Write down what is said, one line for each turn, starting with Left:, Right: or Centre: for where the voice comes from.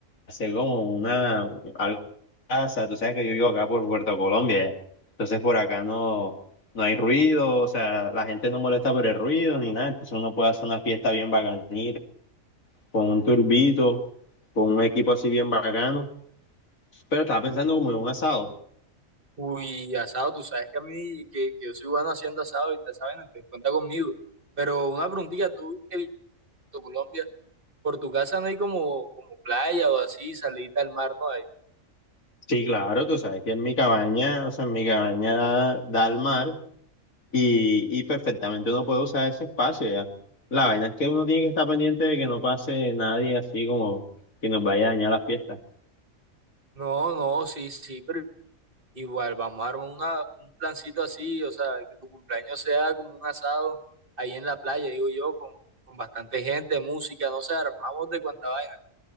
Left: hacer como una algo en casa. Tú sabes que yo vivo acá por Puerto Colombia, entonces por acá no, no hay ruido, o sea, la gente no molesta por el ruido ni nada, entonces uno puede hacer una fiesta bien bacanita, con un turbito, con un equipo así bien bacano. Pero estaba pensando como en un asado.
Right: Uy, asado, tú sabes que a mí, que, que yo soy bueno haciendo asado y te saben, entonces cuenta conmigo. Pero una preguntita, tú que vives en Colombia, por tu casa no hay como, como playa o así, salida al mar, no hay.
Left: Sí, claro, tú sabes que en mi cabaña, o sea, en mi cabaña da, da al mar y, y perfectamente uno puede usar ese espacio ya. La vaina es que uno tiene que estar pendiente de que no pase nadie así como que nos vaya a dañar la fiesta.
Right: No, no, sí, sí, pero Igual, vamos a armar una, un plancito así, o sea, que tu cumpleaños sea como un asado ahí en la playa, digo yo, con, con bastante gente, música, no sé, armamos de cuánta vaina.